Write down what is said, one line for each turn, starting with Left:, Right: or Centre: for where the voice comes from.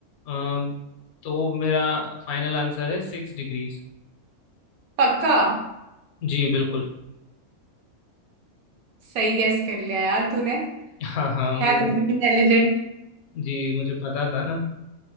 Left: अम, तो मेरा फाइनल आंसर है सिक्स डिग्रीज
Right: पक्का
Left: जी बिल्कुल
Right: सही गैस कर लिया यार तूने
Left: हाँ हाँ मु-
Right: है तो इंटेलिजेंट
Left: जी मुझे पता था ना